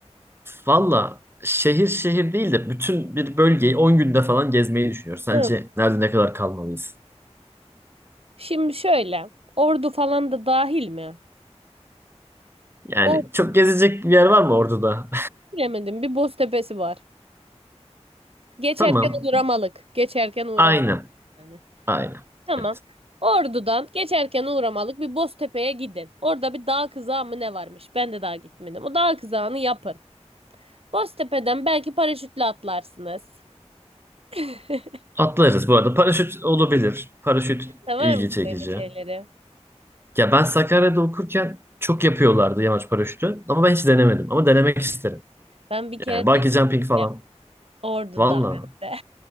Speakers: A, on the right; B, on the right.
A: Valla şehir şehir değil de bütün bir bölgeyi 10 günde falan gezmeyi düşünüyoruz. Sence
B: Hmm,
A: nerede ne kadar kalmalıyız?
B: Şimdi şöyle. Ordu falan da dahil mi?
A: Yani
B: Ordu
A: çok gezecek bir yer var mı orada da?
B: bilemedim. Bir Boztepe'si var.
A: <laughs>
B: Geçerken
A: Tamam,
B: uğramalık. Geçerken uğramalık
A: aynen,
B: yani.
A: aynen.
B: Tamam.
A: Evet.
B: Ordu'dan geçerken uğramalık bir Boztepe'ye gidin. Orada bir dağ kızağı mı ne varmış? Ben de daha gitmedim. O dağ kızağını yapın. Boztepe'den belki paraşütle atlarsınız. <laughs>
A: Atlarız bu arada. Paraşüt olabilir. Paraşüt
B: Sever
A: ilgi
B: misin
A: çekici.
B: öyle şeyleri? <laughs>
A: Ya ben Sakarya'da okurken çok yapıyorlardı yamaç paraşütü. Ama ben hiç denemedim. Ama denemek isterim.
B: Ben bir kere
A: Yani bungee
B: denedim.
A: jumping falan.
B: Ordu'da
A: Valla.
B: hem de.